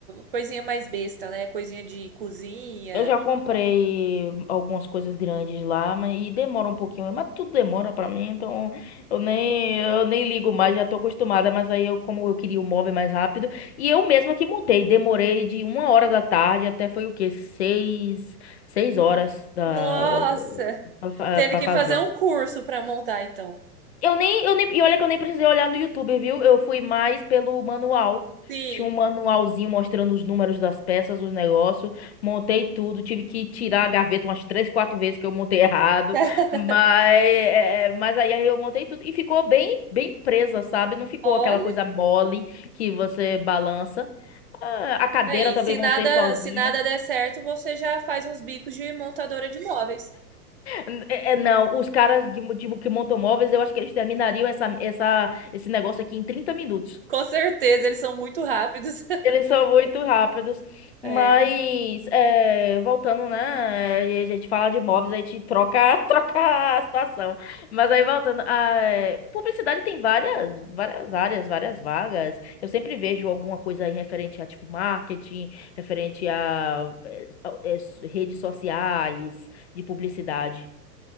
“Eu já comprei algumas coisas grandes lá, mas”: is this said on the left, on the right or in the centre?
Left